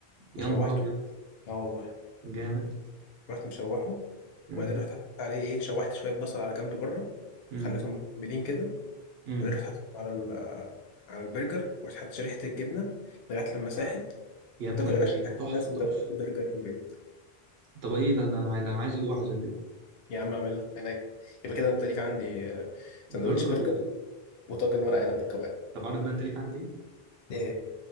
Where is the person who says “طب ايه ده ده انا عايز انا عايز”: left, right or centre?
Right